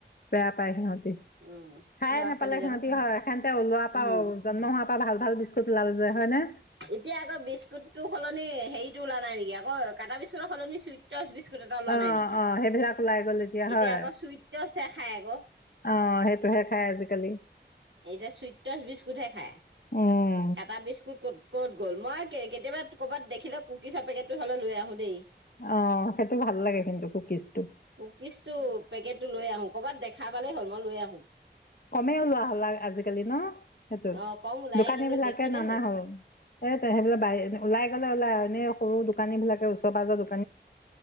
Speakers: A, on the left; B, on the right.
A: বেয়া পাই সিহঁতি।
B: উম কি
A: খাই
B: ল'ৰা
A: নাপালে
B: ছোৱালী জানো
A: সিঁহতি হয়। সেন্তে ও লোৱাৰ
B: উম
A: পৰা, জন্ম হোৱাৰ পৰা ভাল ভাল বিছ <unintelligible> হয়নে?
B: এতিয়া আকৌ বিস্কুতটো সলনি হেৰিটো ওলোৱা নাই নেকি? কাটা বিস্কুইটৰ সলনি ছুইট টচ বিস্কু এটা লোৱা
A: অ
B: নাই নেকি?
A: অ সেইবিলাক ওলাই গ'ল
B: এতিয়া
A: হয়
B: আকৌ চুইট টচ হে খাই আকৌ।
A: অ সেইটোহে খাই আজিকালি।
B: এতিয়া চুইট টচ বিস্কুটহে খায়।
A: উম
B: কাটা বিস্কুট কত ক'ত গ'ল? মই কেতিয়াবা ক'বাত দেখিলে কুকিছৰ পেকেটটো হ'লে লৈ আহো দেই।
A: অ সেইটো ভাল লাগে কিন্তু কুকিছটো।
B: কুকিছটো পেকেটটো লৈ আহো। কবাত দেখা পালেই হ'ল, মই লৈ আহো।
A: কমে ওলোৱা হ'ল আজিকালি ন? সেইটো।
B: অ কম ওলাই
A: দোকানী
B: কিন্তু
A: বিলাকে
B: দেখিলে
A: নানা হল। এ সেইবিলাক ব ওলাই গ' ওল এনে সৰু দোকানী বিলাকে ওচৰ পাজৰ দোকান